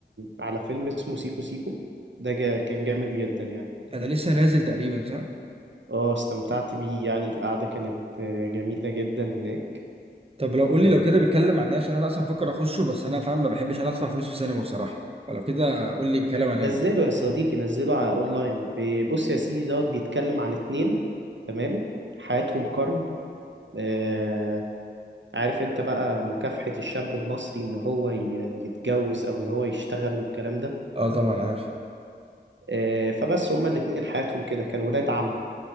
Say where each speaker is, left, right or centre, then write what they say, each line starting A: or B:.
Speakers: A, on the right; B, on the right.
A: على فيلم اسمه سيكو سيكو ده جا كان جامد جدا يعني
B: آه، ده لسه نازل تقريبا صح
A: اه استمتعت بيه يعني القعدة كانت آه، جميلة جدا هناك
B: طب لو قول
A: ونزله
B: لي لو كده بيتكلم عن ايه عشان انا اصلا بفكر اخشه بس انا فاهم ما بحبش انا ادفع فلوس في سينما بصراحه فلو كده قول لي بيتكلم عن ايه
A: يا صديقي نزله على اونلاين ب- بص يا سيدي دوت بيتكلم عن اتنين تمام حياتهم كرب آه عارف انت بقى مكافحة الشاب المصري ان هو ي- يتجوز او ان هو يشتغل والكلام ده
B: اه طبعا عارف
A: آه فبس هما الاتنين حياتهم كده كانوا ولاد عم